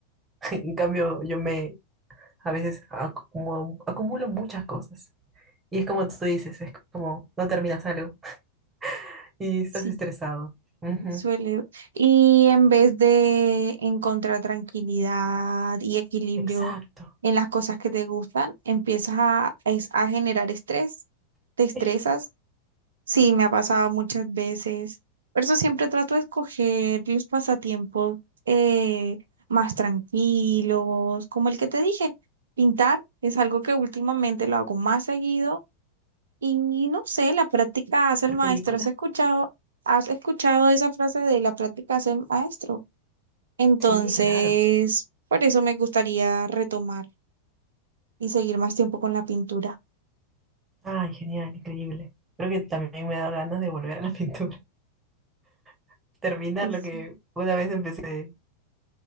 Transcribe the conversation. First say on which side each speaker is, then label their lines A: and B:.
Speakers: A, on the right; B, on the right.
A: <laughs> En cambio, yo me a veces acumulo, acumulo muchas cosas. Y es como tú dices, es como no terminas algo <laughs> y estás
B: Sí,
A: estresado. Ujú.
B: suele. Y en vez de encontrar tranquilidad y equilibrio
A: Exacto.
B: en las cosas que te gustan, empiezas a, es- a generar estrés, te estresas
A: Sí.
B: Sí, me ha pasado muchas veces. Por eso siempre trato de escoger los pasatiempos eh, más tranquilos, como el que te dije. Pintar es algo que últimamente lo hago más seguido y no sé, la práctica hace
A: ¿Ver
B: el maestro.
A: película?
B: ¿Has escuchado, has escuchado esa frase de la práctica hace el maestro? Entonces,
A: Sí, claro.
B: por eso me gustaría retomar y seguir más tiempo con la pintura.
A: Ay, genial, increíble. Creo que también me ha dado ganas de volver a la pintura. <laughs> Terminar
B: Eso,
A: lo que una vez empecé.